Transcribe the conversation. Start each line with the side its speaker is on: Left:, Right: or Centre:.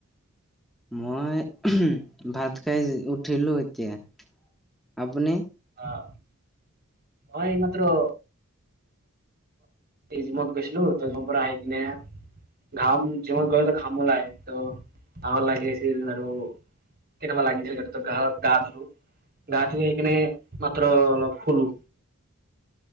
Centre: মই ভাত খাই উঠিলো এতিয়া, আপুনি?
Right: অ', মই এইমাত্ৰ এই জিমত গৈছিলো ত' জিমৰ পৰা আহি কেনে ঘাম জিমত গ'লে টো ঘাম ওলাই ত' ভাগৰ লাগি আছিল আৰু কেনেৱা লাগিছিল গাটো গা ধুলু গা ধুই আহি কেনে মাত্ৰ অলপ শুলো।